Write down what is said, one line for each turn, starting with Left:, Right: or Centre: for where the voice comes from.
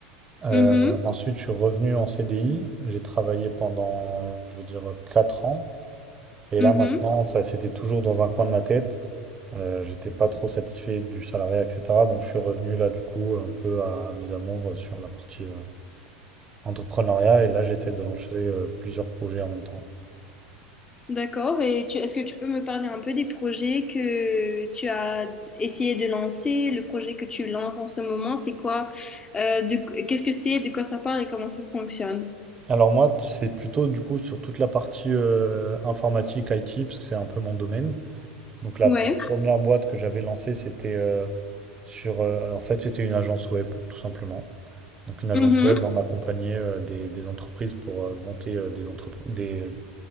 Right: Euh,
Left: Mhm.
Right: ensuite, je suis revenu en CDI. J'ai travaillé pendant, je veux dire, quatre ans. Et
Left: Mhm.
Right: là, maintenant, ça, c'était toujours dans un coin de ma tête. Euh, j'étais pas trop satisfait du salariat, etc. Donc je suis revenu là, du coup, un peu à mes amours euh, sur la partie euh, entrepreneuriat. Et là, j'essaie de lancer euh, plusieurs projets en même temps.
Left: D'accord. Et tu, est-ce que tu peux me parler un peu des projets que tu as essayé de lancer, le projet que tu lances en ce moment, c'est quoi, Euh, de, qu'est-ce que c'est, de quoi ça parle et comment ça fonctionne?
Right: Alors moi, t- c'est plutôt du coup sur toute la partie euh, informatique, IT, parce que c'est un peu mon domaine. Donc la
Left: Ouais.
Right: première boîte que j'avais lancée, c'était euh, sur... euh, en fait, c'était une agence web, tout simplement. Donc une agence
Left: Mhm.
Right: web, on accompagnait euh, des, des entreprises pour euh, monter euh, des, entrepr- des,